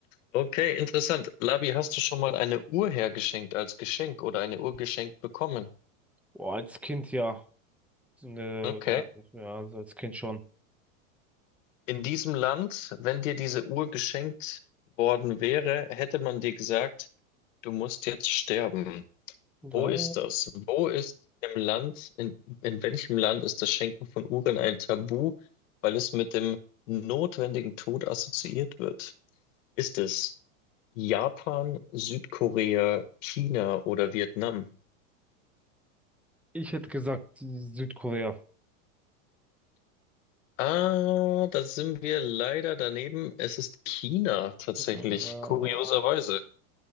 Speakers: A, on the left; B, in the centre.
A: Okay, interessant. Labi, hast du schon mal eine Uhr hergeschenkt als Geschenk oder eine Uhr geschenkt bekommen?
B: Oh, als Kind ja. Ne,
A: Okay.
B: ja, ja, also als Kind schon.
A: In diesem Land, wenn dir diese Uhr geschenkt worden wäre, hätte man dir gesagt, du musst jetzt sterben. Wo
B: Ja,
A: ist das? Wo ist im Land, in, in welchem Land ist das Schenken von Uhren ein Tabu, weil es mit dem notwendigen Tod assoziiert wird? Ist es Japan, Südkorea, China oder Vietnam?
B: ich hätte gesagt Südkorea.
A: Ah, da sind wir leider daneben. Es ist China tatsächlich,
B: Ja,
A: kurioserweise.